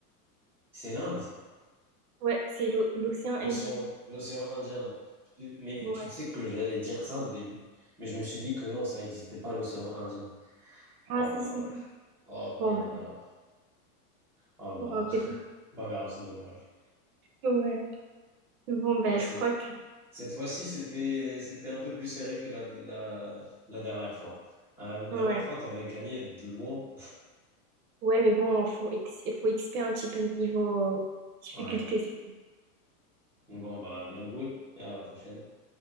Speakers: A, in the centre; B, on the right.
A: C'est l'Inde,
B: Ouais, c'est l'o- l'océan
A: l'océan,
B: Indien.
A: l'océan Indien. Mais
B: Ouais.
A: tu sais que j'allais dire ça au début, mais je me suis dit que non, ça n'existait pas l'océan Indien.
B: Ah,
A: Oh
B: si,
A: là là.
B: si, si.
A: Oh merde
B: Bon, bah,
A: alors. Ah bah,
B: bon,
A: <laughs>
B: c'est bon.
A: c'est pas grave, c'est dommage.
B: Ouais. Bon, ben,
A: Ouais, c'est-
B: je crois que.
A: cette fois-ci, c'était, c'était un peu plus serré que la, la, la dernière fois. Euh, La dernière
B: Ouais.
A: fois, t'avais gagné de loin.
B: Ouais, mais bon, faut, ex- faut XP un petit peu niveau euh, difficulté.
A: Ouais.
B: c'est
A: Bon, bah, bien joué et à la prochaine.